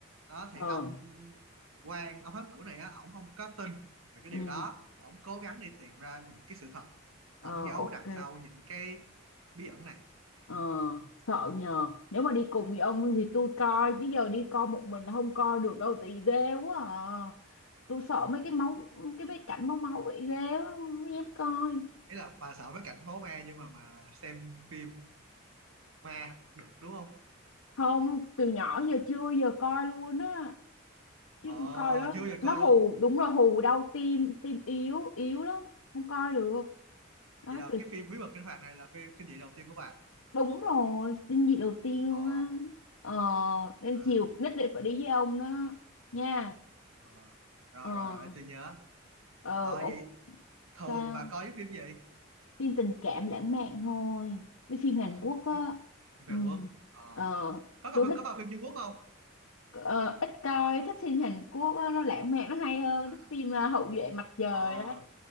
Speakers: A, on the right; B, on the left.
A: đó
B: ờ
A: thì ông quan ông thám tử này á ổng không có tin về cái điều
B: ừ
A: đó và ổng cố gắng đi tìm ra được cái sự thật ẩn
B: ờ
A: giấu
B: ok
A: đằng sau những cái bí ẩn này
B: ờ sợ nhờ nếu mà đi cùng với ông thì tôi coi chứ giờ đi coi một mình là không coi được đâu tại vì ghê quá à. tôi sợ mấy cái máu cái mấy cảnh máu máu vậy ghê quá không dám coi
A: ý là bà sợ mấy cảnh máu me nhưng mà bà xem phim ma được đúng không
B: không từ nhỏ giờ chưa giờ coi luôn á chứ
A: ờ
B: coi đó
A: chưa bao giờ
B: nó
A: coi
B: hù
A: luôn
B: đúng rồi hù đau tim tim yếu yếu lắm không coi được đó
A: vậy là
B: từ
A: cái phim bí mật kinh hoàng này là phim kinh dị đầu tiên của bạn
B: đúng rồi kinh dị đầu tiên
A: ờ
B: luôn á ờ nên
A: ờ,
B: chiều nhất định phải đi với ông đó nha
A: ờ. rồi
B: ờ
A: rồi rồi để tôi nhớ
B: ờ
A: ờ
B: ồ,
A: vậy thường
B: sao
A: bà coi cái phim gì
B: phim tình cảm lãng mạn thôi với phim Hàn
A: à
B: Quốc á
A: phim phim
B: ừ
A: Hàn Quốc ờ
B: ờ
A: có coi
B: tôi thích
A: có coi phim Trung Quốc không
B: ờ, ít coi thích phim Hàn Quốc á, nó lãng mạn nó hay hơn
A: à
B: thích phim ờ, Hậu duệ mặt trời
A: ờ
B: đó